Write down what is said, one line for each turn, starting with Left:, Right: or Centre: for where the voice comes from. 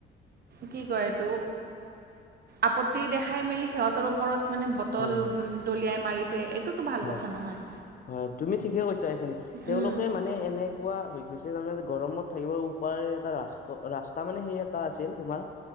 Right: কি কয় এইটো আপত্তি দেখাই মেলি সিহঁতৰ ওপৰত। মানে বটল
Left: হয় হয়
Right: দলিয়াই মাৰিছে। এইটোতো ভাল
Left: হয়
Right: কথা নহয়।
Left: হয় তুমি ঠিকে কৈছা এইখিনি তেওঁলোক।
Right: উম,
Left: এই মানে এনেকুৱা হৈ গৈছে তাৰমানে গৰমত থাকিব উপায় এটা ৰাস্ত ৰাস্ত। তাৰ মানে সেই এটা আছিল তোমাৰ।